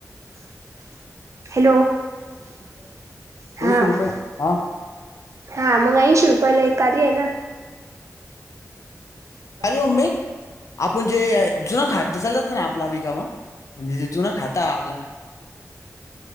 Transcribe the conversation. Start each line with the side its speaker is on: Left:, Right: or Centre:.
Right: <inaudible> हॅलो, <inaudible>
Left: चोवीस
Right: हा,
Left: रुपये हा
Right: <inaudible> हा मग ऐशी रुपयला एक कार्य आहे ना. ह
Left: अरे ममे, आपण जे जुनां खातसा जातं ना, आपला, बिका मग म्हणजे जुन खाता आपला.